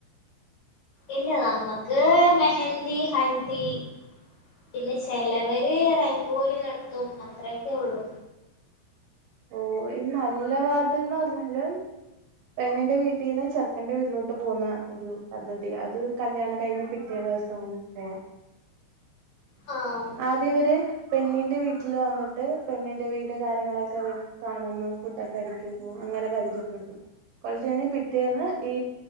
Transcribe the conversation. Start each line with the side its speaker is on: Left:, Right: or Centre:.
Left: ഇല്ല നമ്മക്ക് മെഹന്ദി ഹൽദി പിന്നെ ചെലവര് റംഗോലി നട്ത്തും അത്രൊക്കെ ഉള്ളു
Right: ഓഹ് ഈ നല്ല വാതിൽന്ന് പറഞ്ഞാല് പെണ്ണിന്റെ വീട്ടിന്ന് ചെറുക്കന്റെ വീട്ടിലോട്ട് പോകുന്ന ഒരു പദ്ധതി അത് കല്യാണം കഴിഞ്ഞ് പിറ്റേ ദിവസാണ് പോവ
Left: ആഹ്
Right: ആദ്യം ഇവര് പെണ്ണിന്റെ വീട്ടില് വന്നിട്ട് പെണ്ണിന്റെ വീട് കാര്യങ്ങളൊക്കെ വ കാണുന്നു ഫുഡ് ഒക്ക അടിക്കുന്നു അങ്ങനെ പരിചയപ്പെടുന്നു കൊറ്ച്ച് കഴിഞ്ഞ് പിറ്റേന്ന് ഈ